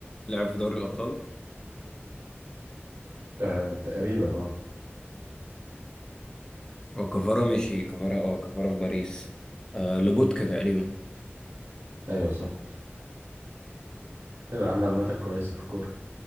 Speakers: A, on the left; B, on the right.
A: لعب في دوري الأبطال
B: آه، تقريبا اه
A: وكفارة مشي كفارة اه كفارة في باريس أه لوبوتكا تقريبا
B: ايوه صح حلو يا عم معلوماتك كويسة في الكورة